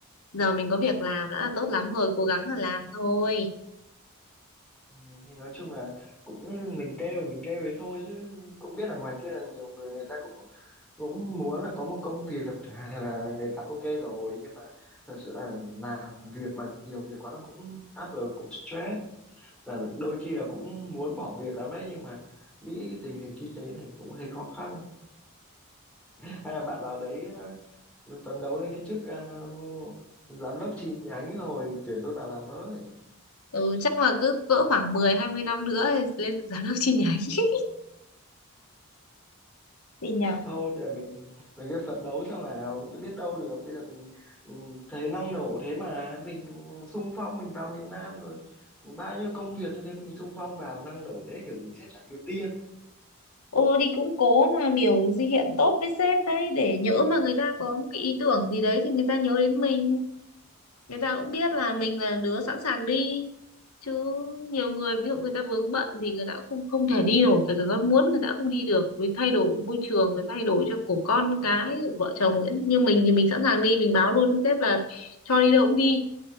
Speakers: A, on the left; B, in the centre.
A: giờ mình có việc làm đã là tốt lắm rồi cố gắng là làm thôi
B: ừ, thì nói chung là cũng mình kêu mình kêu thế thôi chứ cũng biết ở ngoài kia là nhiều người người ta cũng cũng muốn là có một công việc <laughs> là người ta ok rồi nhưng mà thật sự là làm việc mà nhiều việc quá là cũng áp lực cũng stress là đôi khi là cũng muốn bỏ việc lắm đấy nhưng mà nghĩ cái tình hình kinh tế này cũng hơi khó khăn hay là bạn vào đấy ờ, phấn đấu lên cái chức ờ, giám đốc chi nhánh rồi tuyển tôi vào làm với
A: ừ, chắc là cứ cỡ khoảng mười hai mươi năm nữa thì lên được giám đốc chi nhánh <laughs> gì nhỉ
B: thôi bây giờ mình mình cứ phấn đấu xem nào biết đâu được bây giờ mình ừ, thấy năng nổ thế mà mình xung phong mình vào miền Nam rồi bao nhiêu công việc như thế mình xung phong vào năng nổ thế kiểu gì sếp chả ưu tiên
A: ô thì cũng cố mà biểu gì hiện tốt với sếp đấy để nhỡ mà người ta có một cái ý tưởng gì đấy thì người ta nhớ đến mình người ta cũng biết là mình là đứa sẵn sàng đi chứ nhiều người ví dụ người ta vướng bận thì người ta cũng không không thể đi nổi kể cả con muốn người ta cũng không đi được vì thay đổi môi trường rồi thay đổi cho của con cái rồi vợ chồng ấy. như mình thì mình sẵn sàng đi mình báo luôn với sếp là cho đi đâu cũng đi